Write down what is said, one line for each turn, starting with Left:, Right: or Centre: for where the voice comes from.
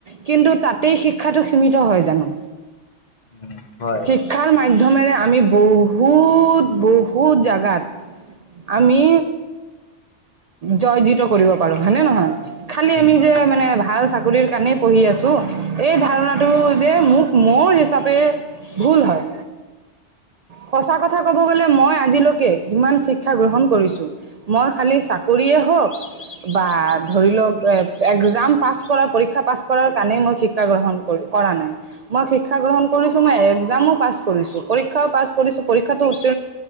Right: কিন্তু তাতেই শিক্ষাটো সীমত হয় জানো
Left: উম, হয়,
Right: শিক্ষাৰ মাধ্যমেৰে আমি বহুত বহুত জাগাত আমি জয়জিত কৰিব পাৰো হয়নে নহয় খালি
Left: উম,
Right: আমি যে
Left: হয়,
Right: মানে ভাল চাকৰিৰ কাৰণেই পঢ়ি আছো এই ধাৰণাটো যে মোক মোৰ হিচাপে ভুল হয় সঁচা কথা কব গলে মই আজিলৈকে যিমান ঠিক শিক্ষা গ্ৰহণ কৰিছো মই খালি চাকৰিয়ে হওক বা ধৰি লওক এ এক্সাম পাছ কৰা পৰীক্ষা পাছ কৰাৰ কাৰণেই মই শিক্ষা গ্ৰহণ কৰো কৰা নাই মই শিক্ষা গ্ৰহণ কৰিছো মই একজামো পাছ কৰিছো পৰীক্ষাও পাছ কৰিছো পৰীক্ষাটো ছ